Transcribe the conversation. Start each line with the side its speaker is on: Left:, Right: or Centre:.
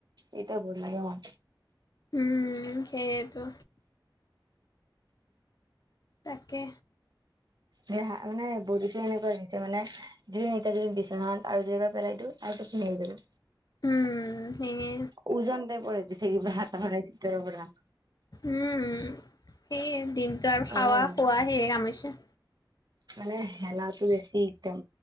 Right: এতিয়া বৰ লাগে মোৰ।
Left: উম, সেয়েতো। তাকে।
Right: <unintelligible> মানে বদিতো এনেকুৱা হৈ গৈছে মানে <unintelligible> এতিয়া যদি বিচনাত আৰু দুবাৰ পেলাই দিওঁ আৰু টোপনি আহি যাব।
Left: উম, সেইয়ে।
Right: ওজন টাইপৰ হৈ গৈছে কিবা তাৰমানে ভিতৰৰ পৰা।
Left: উম, সেইয়ে, দিনটো আৰু খোৱা
Right: অ'
Left: শুৱা সেয়ে কাম হৈছে।
Right: মানে হেলাটো বেছি একদম,